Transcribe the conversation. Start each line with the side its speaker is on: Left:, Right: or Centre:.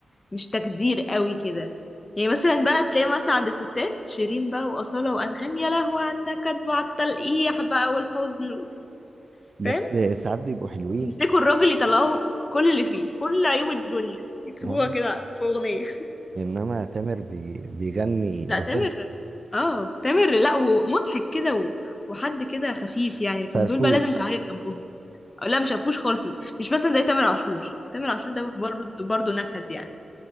Left: مش تجدير قوي كده يعني مثلا بقى تلاقي مثلا عند الستات شيرين بقى وأصالة وأنغام يا لهوي عنك كدب على النكد وعلى التلقيح بقى والحزن
Right: بس
Left: فاهم
Right: ساعات بيبقوا حلوين
Left: يمسكوا الراجل يطلعوا كل اللي فيه كل عيوب الدنيا يكتبوها
Right: اه
Left: كده في أغنية <laughs>
Right: انما تامر بي... بيغني بحب
Left: لا تامر اه تامر لا ومضحك كده و... وحد كده خفيف يعني لكن
Right: فرفوش
Left: دول بقى لازم تعيط جنبهم أو لا مش هفوش خالص مش مثلا زي تامر عاشور تامر عاشور ده برضه برضه نكد يعني